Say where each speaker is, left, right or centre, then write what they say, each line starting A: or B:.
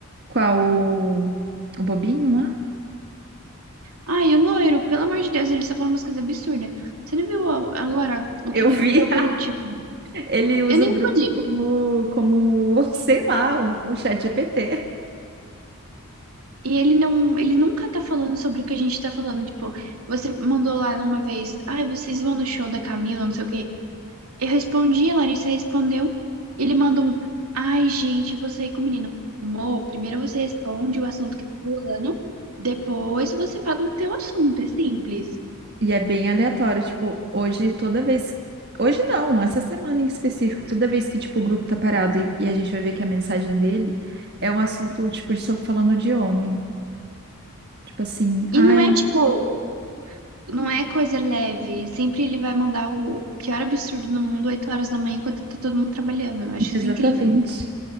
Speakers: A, on the right; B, on the right.
A: Qual o, o bobinho lá?
B: Ai, o loiro, pelo amor de Deus, ele só fala umas coisas absurdas. Você não viu a- agora o
A: Eu
B: que que
A: vi.
B: ele falou por último?
A: Ele usa
B: Eu nem
A: o
B: respondi.
A: grupo como, como, <laughs> sei lá, um, um chat GPT.
B: E ele não, ele nunca tá falando sobre o que a gente tá falando. Tipo, você mandou lá numa vez, ai, vocês vão no show da Camila, não sei o quê. Eu respondi, a Larissa respondeu. Ele mandou um, ai, gente, vou sair com o menino. Amor, primeiro você responde o assunto que tá falando, depois você fala o teu assunto, é simples.
A: E é bem aleatório, tipo, hoje toda vez. Hoje não, essa semana em específico, toda vez que, tipo, o grupo tá parado e, e a gente vai ver que a mensagem dele é um assunto, tipo, de só falando de homem. Tipo assim, ai,
B: E não é tipo, não é coisa leve. é Sempre ele vai mandar o pior absurdo do mundo 8 horas da manhã enquanto tá todo mundo trabalhando. Eu acho
A: exatamente.
B: isso incrível.